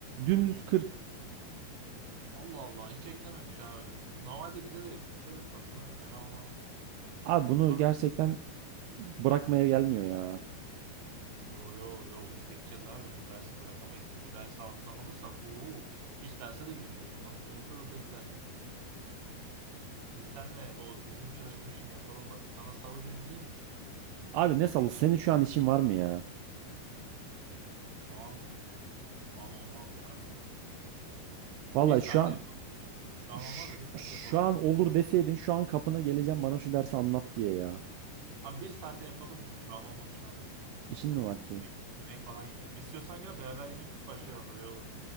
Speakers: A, on the right; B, on the right.
A: Dümdüz 40.
B: Allah Allah hiç eklememiş abi. Normalde bize de eklese aslında fena olmazmış.
A: Abi bunu
B: Bana
A: gerçekten bırakmaya gelmiyor ya.
B: Yo yo yo bunu geçeceğiz abi. Bu dersi bırakamayız. Bu dersi alttan alırsak uuu hiç derse de girmeyiz bundan. Unuturuz da gider. Biz seninle o düzgün çalışma işini yapalım bak. Sana salı günü iyi mi?
A: Abi ne salı senin şu an işin var mı ya?
B: Şu an şu an olmaz ya abi.
A: Vallahi
B: Bir saate
A: şu an
B: yapalım. diyorsun Ama Şu an
A: şu,
B: olmaz da bir saate
A: şu
B: yapalım.
A: an olur deseydin şu an kapına geleceğim bana şu dersi anlat diye ya.
B: Abi bir saate yapalım mı? Şu an olmaz. Şu an
A: İşin mi var ki?
B: yemek, yemek falan yiyeceğim. İstiyorsan gel beraber yemek yiyip başlayalım. Öyle olur.